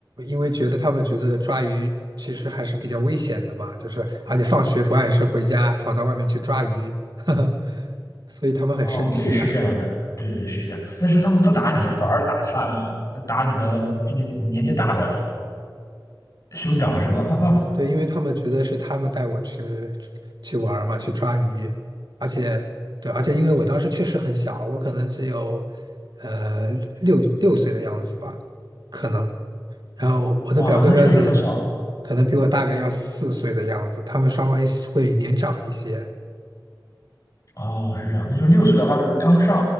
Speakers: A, on the right; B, on the left.
A: 因为觉得他们觉得抓鱼其实还是比较危险的嘛，就是而且放学不按时回家，跑到外面去抓鱼，<laughs> 呵呵，所以他们很生气呀。
B: 哦，对，是这样的，对对是这样。但是他们不打你，反而打他打你的比你年纪大的兄长是吧？<laughs>
A: 对，因为他们觉得是他们带我去去玩儿嘛，去抓鱼，而且对，而且因为我当时确实很小，我可能只有呃六六岁的样子吧，可能。然后我的表哥表姐
B: 哇，那确实很小，
A: 可能比我大概要四岁的样子，他们稍微会年长一些。
B: 哦，是这样，那就六岁的话就是刚上，